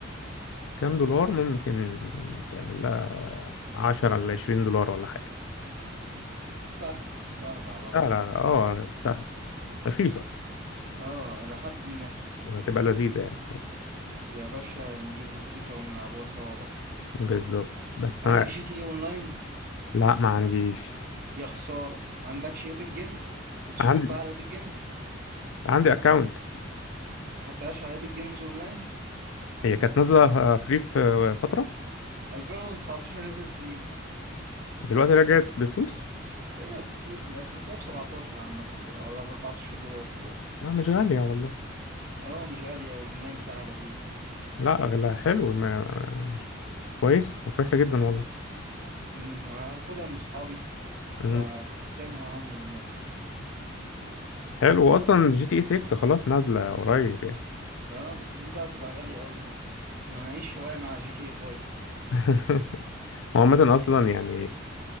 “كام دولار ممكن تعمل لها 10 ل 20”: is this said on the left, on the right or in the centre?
Left